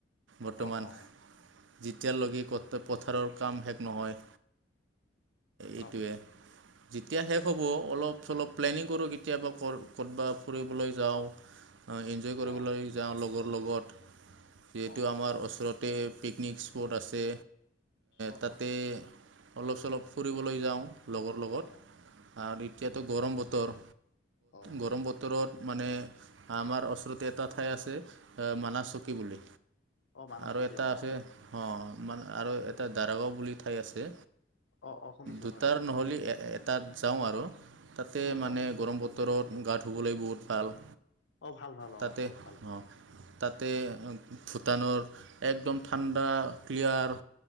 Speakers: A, on the right; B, on the left.
A: বৰ্তমান
B: অ অ
A: যেতিয়ালৈকে পথাৰৰ কাম শেষ নহয়। এইটোৱে
B: অ অ
A: যেতিয়া শেষ হ'ব অলপ- চলপ প্লেনিং কৰোঁ। কেতিয়াবা কত ক'তবা ফুৰিবলৈ যাওঁ। এনজয় কৰিবলৈ
B: অ
A: যাওঁ, লগৰ লগত যিহেতু
B: অ অ
A: আমাৰ ওচৰত তাতে পিকনিক স্পট আছে
B: অ
A: তাতে অলপ- চলপ ফুৰিবলৈ যাওঁ, লগৰ লগত
B: অ
A: আৰু এতিয়াতো গৰম বতৰ
B: অ অ
A: গৰম বতৰত মানে আমাৰ ওচৰতে এটা ঠাই আছে এ মানা চকী বুলি।
B: অ মানস
A: আৰু
B: চকীয়া
A: এটা
B: অ
A: আছে অ মানে আৰু এটা দাৰাগাঁও বুলি ঠাই আছে।
B: অ অ শুনিছোঁ
A: দুটাৰ
B: হয় হয়
A: নহ'লে এটাত যাওঁ আৰু তাতে
B: অ
A: মানে
B: অ
A: গৰম বতৰত গা ধুবলৈ বহুত ভাল।
B: অ', ভাল, ভাল
A: তাতে
B: অ বহুত ভাল।
A: অ তাতে ভূটানৰ একদম ঠাণ্ডা ক্লিয়াৰ